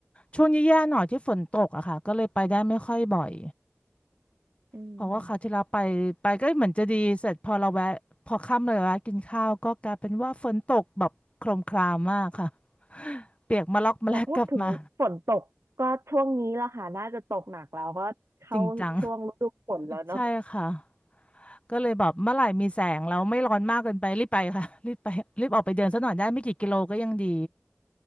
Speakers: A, on the left (about 25°); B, on the right (about 80°).
A: ช่วงแย่ๆหน่อยที่ฝนตกอะค่ะก็เลยไปได้ไม่ค่อยบ่อย
B: อืม
A: เพราะว่าคราวที่เราไปไปก็เหมือนจะดีเสร็จพอเราแวะพอค่ำเลยแวะกินข้าวก็กลายเป็นว่าฝนตกแบบโครมครามมากค่ะเปียกมาล็อกมาแลกกลับมา
B: แต่พูดถึงฝนตกก็ช่วงนี้ละค่ะน่าจะตกหนักแล้วก็เข้าช่วงฤดูฝนแล้วเนาะ
A: <laughs> จริงจังใช่ค่ะก็เลยแบบเมื่อไหร่มีแสงแล้วไม่ร้อนมากเกินไปรีบไปค่ะรีบไปรีบออกไปเดินสักหน่อยได้ไม่กี่กิโลก็ยังดี